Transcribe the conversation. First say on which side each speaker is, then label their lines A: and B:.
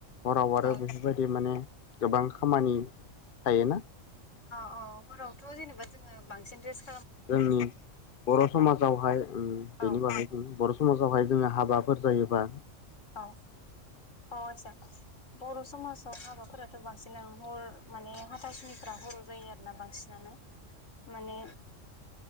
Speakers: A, on the left; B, on the left.
A: हराव आरो
B: औ
A: बेफोरबायदि माने गोबां खामानि थायोना
B: अ अ हरावथ' जेनेबा जोङो बांसिन रेस
A: जोंनि बर' समाजावहाय
B: औ
A: बेनि बागै ओम बर' समाजावहाय जोङो हाबाफोर जायोबा
B: औ अ आदसा बर' समाजाव हाबाफोराथ' बांसिनानो हर माने हाथासुनिफ हर' जायो आरो। आरोना बांसिनानो माने